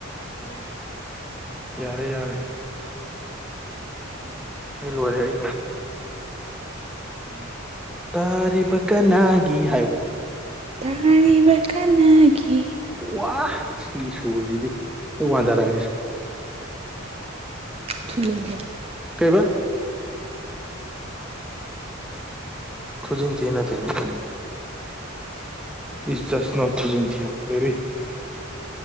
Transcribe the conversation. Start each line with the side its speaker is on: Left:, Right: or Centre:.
Right: ꯇꯦ
Centre: ꯌꯥꯔꯦ ꯌꯥꯔꯦ
Right: ꯎꯝ
Centre: ꯑꯩ ꯂꯣꯏꯔꯦ ꯑꯩ ꯂꯣꯏꯔꯦ
Right: ꯎꯝ
Centre: ꯇꯥꯔꯤꯕ ꯀꯅꯥꯒꯤ ꯍꯥꯏꯌꯨ
Right: ꯇꯥꯔꯔꯤꯕ ꯀꯥꯟꯅꯥꯒꯤ
Centre: ꯋꯥ ꯁꯤ ꯁꯨꯔꯁꯤꯗꯤ ꯑꯩ ꯋꯥꯟꯗꯔꯒꯁꯦ
Right: ꯊꯂꯕꯤꯦ
Centre: ꯀꯩꯕ ꯈꯣꯖꯤꯟꯊꯦ ꯅꯠꯇꯤ ꯅꯤꯡ ꯄꯨ ꯏꯁ ꯁꯅ ꯊꯖꯤꯟꯊꯣ ꯐꯦꯕꯤ